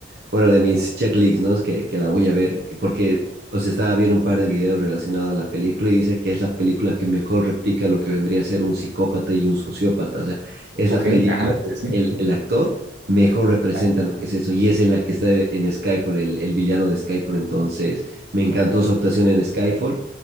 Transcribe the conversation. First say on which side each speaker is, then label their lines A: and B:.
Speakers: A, on the right (about 60°); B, on the right (about 85°).
A: bueno, de mis checklists, ¿no? Es que, que la voy a ver, porque, o sea, estaba viendo un par de videos relacionados a la película y dice que es la película que mejor replica lo que vendría a ser un psicópata y un sociópata. O sea, es
B: Ok,
A: la película
B: ajá,
A: que
B: sí, sí,
A: el, el actor mejor representa
B: tal, ajá,
A: lo que es eso y es en la que está en Skyfall, el, el villano de Skyfall. Entonces, me encantó su actuación en Skyfall